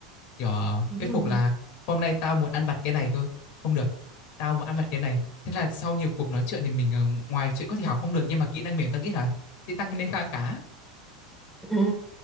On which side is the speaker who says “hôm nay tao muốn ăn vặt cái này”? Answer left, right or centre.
Left